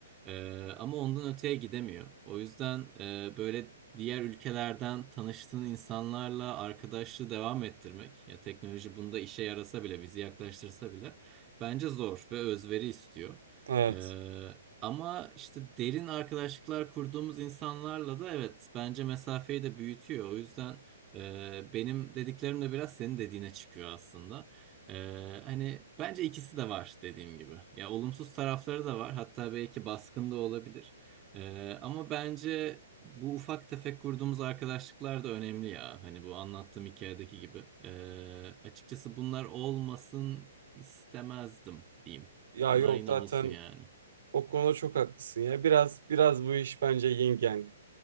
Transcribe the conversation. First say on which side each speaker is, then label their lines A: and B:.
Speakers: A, on the right; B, on the right.
A: Ee, ama ondan öteye gidemiyor. O yüzden e, böyle diğer ülkelerden tanıştığın insanlarla arkadaşlığı devam ettirmek, ya teknoloji bunda işe yarasa bile, bizi yaklaştırsa bile bence zor ve özveri istiyor.
B: Evet.
A: Ee, ama işte derin arkadaşlıklar kurduğumuz insanlarla da evet bence mesafeyi de büyütüyor. O yüzden e, benim dediklerim de biraz senin dediğine çıkıyor aslında. Ee, hani bence ikisi de var dediğim gibi. Ya olumsuz tarafları da var. Hatta belki baskın da olabilir. Ee, ama bence bu ufak tefek kurduğumuz arkadaşlıklar da önemli ya. Hani bu anlattığım hikayedeki gibi. Ee, açıkçası bunlar olmasın istemezdim diyeyim.
B: Ya
A: Bunlar
B: yok
A: yine
B: zaten
A: olsun yani.
B: o konuda çok haklısın ya. Biraz biraz bu iş bence yin yang.